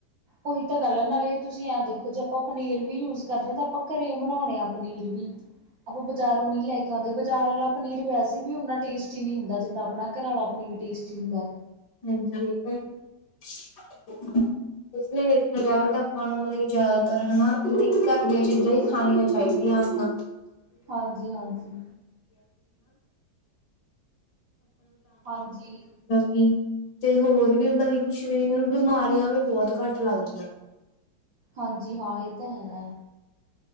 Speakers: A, on the right; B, on the left.
A: ਉਹੀ ਤਾਂ ਗੱਲ ਹੈ ਨਾਲੇ ਤੁਸੀਂ ਐਂ ਦੇਖੋ ਜੇ ਆਪਾਂ ਪਨੀਰ ਵੀ ਯੂਜ ਕਰ ਰਏ ਤਾਂ ਆਪਾਂ ਘਰੇ ਬਣਾਉਣੇ ਆ ਪਨੀਰ ਵੀ
B: <unintelligible>
A: ਆਪਾਂ ਬਾਜ਼ਾਰੋਂ ਨੀ ਲੈ ਕੇ ਆਉਂਦੇ। ਬਾਜ਼ਾਰ ਵਾਲਾ ਪਨੀਰ ਵੈਸੇ ਵੀ ਉਨਾ ਟੇਸਟੀ ਨਈ ਹੁੰਦਾ ਜਿੰਨਾ ਆਪਣਾ ਘਰ ਆਲਾ ਪਨੀਰ ਟੇਸਟੀ ਹੁੰਦਾ।
B: <inaudible> ਇਸ ਲਈ ਦੇੇਖਿਆ ਜਾਵੇ ਤਾਂ ਆਪਾਂ ਨੂੰ ਮਤਲਬ ਕਿ ਜਾਦਾਤਰ ਹਨਾ ਘਰ ਦੀਆਂ ਚੀਜ਼ਾਂ ਹੀ ਖਾਣੀਆਂ ਚਾਹੀਦੀਆਂ ਹਨ।
A: ਹਾਂਜੀ, ਹਾਂਜੀ, ਹਾਂਜੀ,
B: <inaudible> <inaudible> ਤੇ ਹੋਰ ਵੀ ਮਤਲਬ ਸਰੀਰ ਨੂੰ ਬਿਮਾਰੀਆਂ ਵੀ ਬਹੁਤ ਘੱਟ ਲੱਗਦੀਆਂ।
A: ਹਾਂਜੀ ਹਾਂ ਇਹ ਤਾ ਹੈ।